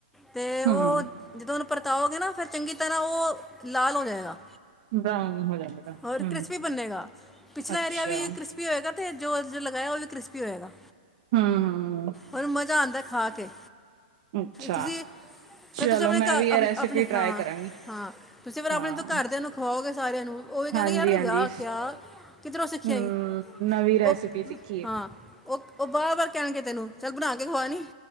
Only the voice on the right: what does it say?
ਹੂੰ।
ਬਰਾਊਨ ਹੋ ਜਾਏਗਾ,
ਹੂੰ,
ਅੱਛਾ,
ਹੂੰ।
ਅੱਛਾ,
ਚਲੋ
ਮੈਂ ਵੀ ਇਹ
ਰੈਸਿਪੀ
ਟਰਾਈ
ਕਰਾਂਗੀ,
ਹਾਂ,
ਹਾਂਜੀ-ਹਾਂਜੀ।
ਹੂੰ,
ਨਵੀਂ ਰੈਸਿਪੀ
ਸਿੱਖੀ ਏ।